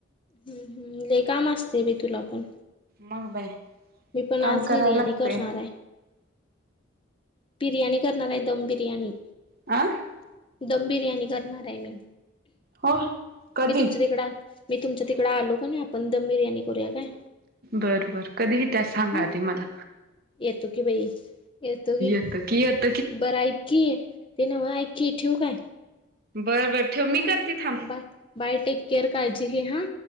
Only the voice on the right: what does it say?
मग बाय
काम
कराय लागते.
आं.
हो कधी
बर, बर कधी इतयास सांग
आधी मला.
तकियत
बरं बर ठेव मी
करते थांब.